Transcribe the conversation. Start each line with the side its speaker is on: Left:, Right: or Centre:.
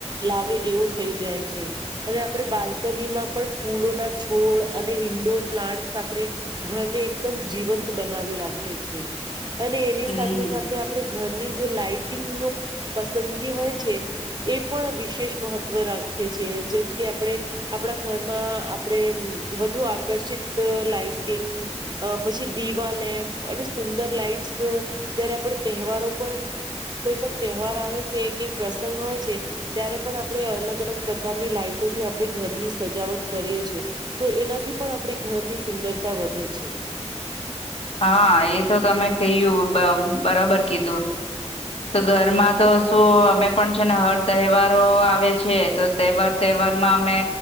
Right: લાવે એવો થઈ જાય છે, અને આપણે બાલ્કનીમાં પણ ફૂલો ના છોડ અને ઇન્ડોર પ્લાન્ટસ આપણે ઘરને એકદમ જીવંત બનાવી રાખે છે. અને એની
Left: હમ્મ,
Right: સાથે-સાથે આપણે ઘરની જે લાાઈટિંગ નું પસંદગી હોય છે એ પણ વિશેષ મહત્વ રાખે છે, જેમ કે આપણે આપણા ઘરમાં આપણે અમ વધુ આકર્ષિત લાાઈટિંગ, અહ પછી દીવા લેમ્પ અને સુંદર લાાઈટ <unintelligible> જયારે આપણે તહેવારો પણ કોઈ પણ તહેવાર આવે છે, કે પ્રસંગ હોય છે, ત્યારે પણ આપણે અલગ-અલગ પ્રકારની લાઈટ થી આપણે ઘરની સજાવટ કરીએ છે. તો એનાથી પણ આપણી ઘરની સુંદરતા વધે છે.
Left: હા એ તો તમે કહ્યું બ બરાબર કીધું. તો ઘરમાં તો શું અમે પણ છે ને હર તહેવારો આવે છે, તો તહેવાર-તહેવા વાર માં અમે